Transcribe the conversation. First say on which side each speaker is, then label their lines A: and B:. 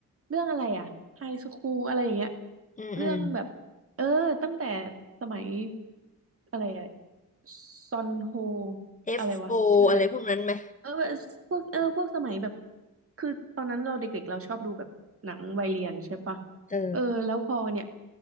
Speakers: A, on the right (about 45°); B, on the left (about 25°).
A: เรื่องอะไรอะไฮสคูลอะไรอย่างเงี้ย
B: อืมอืม
A: เรื่องแบบ เออตั้งแต่สมัยอะไรอะซอนโฮ
B: F.O.
A: อะไรวะชื่ออะไร
B: อฟโออะไรพวกนั้นไหม
A: เออพวกเออพวกสมัยแบบคือตอนนั้นเราเด็กๆเราชอบดูแบบหนังวัยเรียนใช่ปะ
B: เออ
A: เออแล้วพอเนี่ย